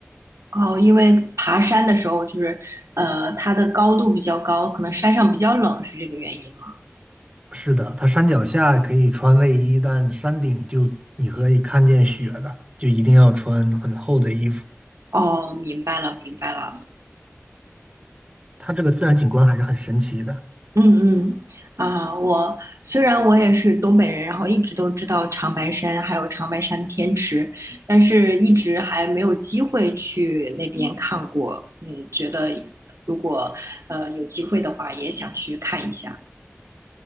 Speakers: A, on the right; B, on the right.
A: 哦，因为爬山的时候就是，呃，它的高度比较高，可能山上比较冷，是这个原因吗？
B: 是的，它山脚下可以穿卫衣，但山顶就你可以看见雪的，就一定要穿很厚的衣服。
A: 哦，明白了，明白了。
B: 它这个自然景观还是很神奇的。
A: 嗯嗯啊，我虽然我也是东北人，然后一直都知道长白山还有长白山天池，但是一直还没有机会去那边看过。嗯，觉得如果呃有机会的话，也想去看一下。